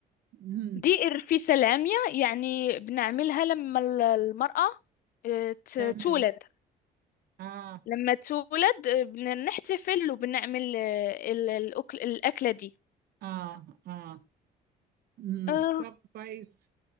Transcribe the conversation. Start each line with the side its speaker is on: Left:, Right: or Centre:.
Right: مم.
Left: دي الرفيسة العمياء يعني بنعملها لما ال- المرأة آه، ت-
Right: تمام
Left: تولد
Right: آه
Left: لما تولد آه، بنحتفل وبنعمل آه، ال- الأكل الأكلة دي
Right: آه آه امم
Left: آه
Right: طب كويس